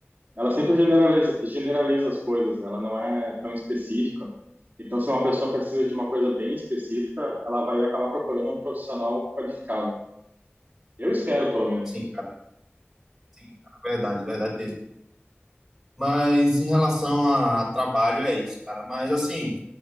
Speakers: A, on the right; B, in the centre.
A: Ela sempre generaliza, generaliza as coisas, né? Ela não é tão específica. Então, se uma pessoa precisa de uma coisa bem específica, ela vai acabar procurando um profissional qualificado. Eu espero, pelo menos.
B: Sim, cara. Sim, cara. Verdade, verdade mesmo. Mas em relação a trabalho, é isso, cara. Mas assim,